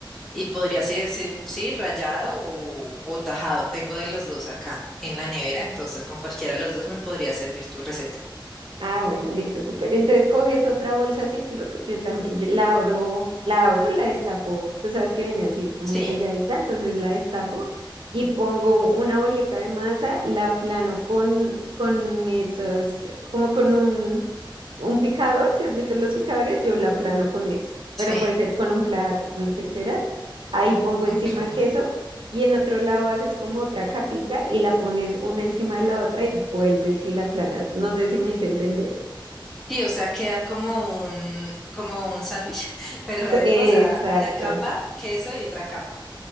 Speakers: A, in the centre; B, on the right.
A: Y podría ser, sí, sí, rallado o, o tajado. Tengo de los dos acá en la nevera, entonces con cualquiera de los dos me podría servir tu receta.
B: Ah, bueno, listo, súper. Entonces coges otra bolsa Ziploc, yo también, yo la abro, la abro, la destapo. Tú sabes que viene así como
A: Sí,
B: selladita, entonces la destapo y pongo una bolita de masa, la plano con, con esos, como con un Un picador, si has visto los picadores, yo la aplano con eso, pero
A: sí,
B: puede ser con un plato, con lo que quieras. Ahí pongo
A: ok.
B: encima queso y en otro lado haces como otra capita y la pones una encima de la otra y vuelves y la aplanas. No sé si me hice entender.
A: Sí, o sea, queda como un, como un sándwich, <laughs> pero de
B: Co-
A: arepa,
B: Exacto,
A: o sea, una capa, queso y otra capa.